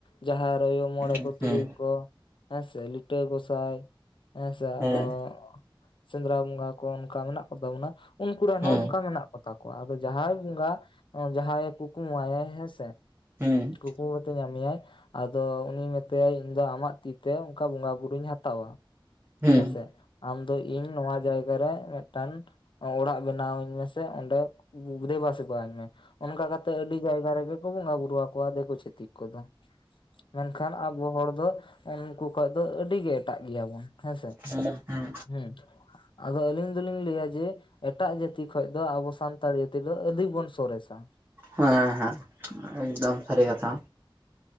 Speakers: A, on the left; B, on the right.
A: ᱡᱟᱦᱮᱨ ᱟᱭᱳ, ᱢᱚᱬᱮ
B: ᱦᱮᱸ ᱦᱮᱸ ᱦᱩᱸ
A: ᱠᱚ ᱛᱩᱨᱩᱭ
B: ᱦᱩᱸ
A: ᱠᱚ᱾ ᱦᱮᱸᱥᱮ ᱞᱤᱴᱟᱹ ᱜᱚᱸᱥᱟᱭ ᱦᱮᱸᱥᱮ
B: ᱦᱩᱸ
A: ᱟᱨᱚᱼᱼ
B: ᱦᱩᱸ ᱦᱮᱸ
A: ᱥᱮᱸᱫᱽᱨᱟ ᱵᱚᱸᱜᱟ ᱠᱚ ᱚᱱᱠᱟ ᱢᱮᱱᱟᱜ ᱠᱚᱛᱟ ᱵᱚᱱᱟ, ᱩᱱᱠᱩ ᱨᱮᱱ
B: ᱦᱮᱸ
A: ᱦᱚᱸ ᱚᱱᱠᱟ ᱢᱮᱱᱟᱜ ᱠᱚᱛᱟᱼᱼ ᱠᱚᱣᱟ ᱟᱫᱚ ᱡᱟᱦᱟᱸᱭ ᱵᱚᱸᱜᱟ ᱡᱟᱦᱟᱸᱭᱮ ᱠᱩᱠᱢᱩᱟᱭ ᱦᱮᱸ ᱥᱮ
B: ᱦᱩᱸ
A: ᱠᱩᱠᱢᱩ ᱠᱟᱛᱮ ᱧᱟᱢᱮᱭᱟᱭ᱾ ᱟᱫᱚ ᱩᱱᱤ ᱢᱮᱛᱟᱭᱟ ᱤᱧᱫᱚ ᱟᱢᱟᱜ ᱛᱤᱛᱮ ᱚᱱᱠᱟ ᱵᱚᱸᱜᱟ ᱵᱩᱨᱩᱧ ᱦᱟᱛᱟᱣᱟ᱾
B: ᱦᱮᱸ
A: ᱦᱮᱸᱥᱮ ᱟᱢ ᱫᱚ ᱤᱧ ᱱᱚᱣᱟ ᱡᱟᱭᱜᱟ ᱨᱮ ᱢᱤᱫᱴᱟᱝᱼᱼ ᱚᱲᱟᱜ ᱵᱮᱱᱟᱣ ᱟᱹᱧ ᱢᱮᱥᱮ ᱚᱸᱰᱮ ᱜᱩᱫᱮᱵᱟᱥᱮᱵᱟᱧ ᱢᱮ᱾ ᱚᱱᱠᱟ ᱠᱟᱛᱮᱜ ᱟᱹᱰᱤ ᱡᱟᱭᱜᱟ ᱨᱮᱜᱮ ᱠᱚ ᱵᱚᱸᱜᱟ ᱵᱩᱨᱩ ᱟᱠᱚᱣᱟ ᱫᱤᱠᱩ ᱪᱷᱟᱹᱛᱤᱠ ᱠᱚᱫᱚ ᱢᱮᱱ ᱠᱷᱟᱱᱼᱼ ᱟᱵᱚ ᱦᱚᱲ ᱫᱚ ᱩᱱᱠᱩ ᱠᱷᱚᱡ ᱫᱚ ᱟᱹᱰᱤ ᱜᱮ ᱮᱴᱟᱜ ᱜᱮᱭᱟ ᱵᱚᱱ᱾ ᱦᱮᱸᱥᱮ
B: ᱦᱮᱸ ᱦᱮᱸ
A: ᱦᱩᱸ, ᱟᱫᱚ ᱟᱹᱞᱤᱧ ᱫᱚᱞᱤᱧ ᱞᱟᱹᱭᱟ ᱡᱮ ᱮᱴᱟᱜ ᱡᱟᱹᱛᱤ ᱠᱷᱚᱡ ᱫᱚ ᱟᱵᱚ ᱥᱟᱱᱛᱟᱲ ᱡᱟᱹᱛᱤ ᱫᱚ ᱟᱹᱫᱤᱵᱚᱱ ᱥᱚᱨᱮᱥᱟ᱾
B: ᱦᱮᱸ ᱦᱮᱸ ᱮᱠᱫᱚᱢ ᱥᱟᱹᱨᱤ ᱠᱟᱛᱷᱟ